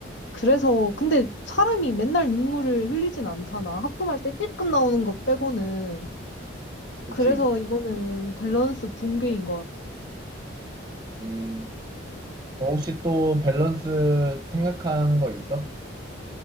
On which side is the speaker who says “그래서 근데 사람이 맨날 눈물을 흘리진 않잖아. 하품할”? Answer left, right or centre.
Left